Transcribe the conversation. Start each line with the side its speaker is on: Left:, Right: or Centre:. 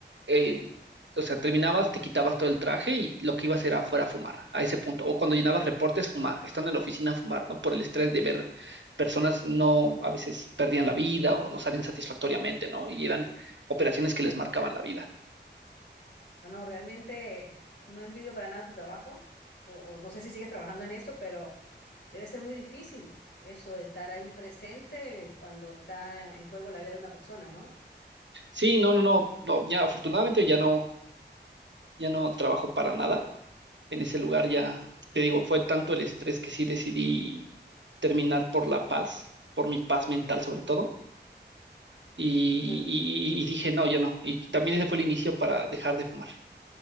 Right: eh, o sea, terminabas, te quitabas todo el traje y lo que ibas era fuera a fumar, a ese punto. O cuando llenabas reportes, fumar, estando en la oficina, fumar, ¿no? Por el estrés de ver personas no, a veces perdían la vida o no salían satisfactoriamente, ¿no? Y eran operaciones que les marcaban la vida.
Left: No, no, realmente no envidio para nada tu trabajo, o, o no sé si sigues trabajando en eso, pero debe ser muy difícil eso de estar ahí presente cuando está en juego la vida de una persona, ¿no?
Right: Sí, no, no, no, no, ya afortunadamente ya no, ya no trabajo para nada en ese lugar, ya te digo, fue tanto el estrés que sí decidí terminar por la paz, por mi paz mental sobre todo, y,
Left: Sí.
Right: y- y- y dije, no, ya no, y también ese fue el inicio para dejar de fumar.